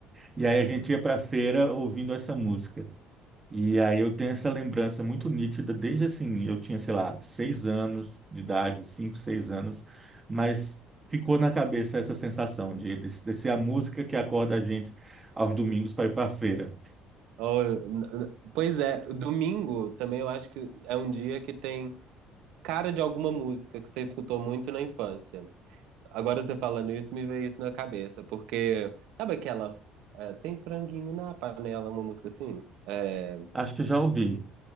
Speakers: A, on the right (about 15°); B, on the right (about 75°).
A: E aí a gente ia para a feira ouvindo essa música. E aí eu tenho essa lembrança muito nítida, desde assim, eu tinha, sei lá, seis anos de idade, cinco, seis anos, mas ficou na cabeça essa sensação de, de, de ser a música que acorda a gente aos domingos para ir para a feira.
B: Oh, n- n- pois é, domingo também eu acho que é um dia que tem cara de alguma música que você escutou muito na infância. Agora você falando isso, me veio isso na cabeça, porque sabe aquela é, Tem franguinho na panela, uma música assim? É,
A: Acho que eu já ouvi.